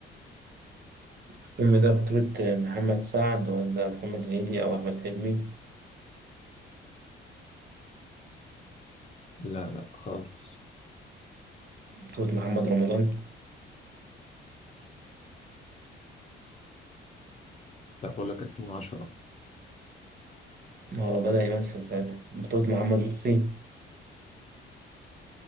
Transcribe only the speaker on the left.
لا لا خالص
لا بقول لك 2010